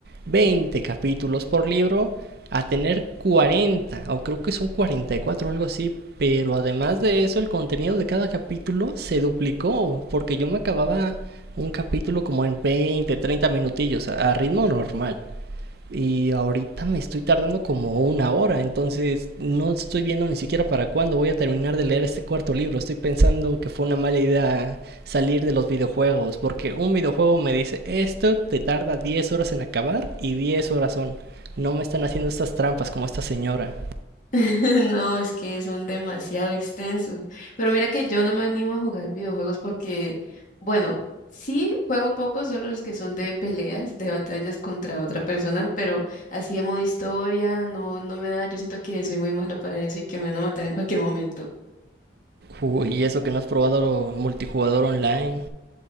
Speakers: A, on the right; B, on the left.
A: 20 capítulos por libro a tener 40, o creo que son 44 o algo así, pero además de eso el contenido de cada capítulo se duplicó, porque yo me acababa un capítulo como en 20, 30 minutillos, a ritmo normal. Y ahorita me estoy tardando como una hora, entonces no estoy viendo ni siquiera para cuándo voy a terminar de leer este cuarto libro. Estoy pensando que fue una mala idea salir de los videojuegos, porque un videojuego me dice, esto te tarda 10 horas en acabar y 10 horas son. No me están haciendo estas trampas como esta señora.
B: <laughs> No, es que son demasiado extensos. Pero mira que yo no me animo a jugar videojuegos porque, bueno, sí juego pocos, solo los que son de peleas, de batallas contra otra persona, pero así de modo historia, no, no me da. Yo siento que soy muy mala para eso y que me van a matar en cualquier momento.
A: Uy, y eso que no has probado multijugador online.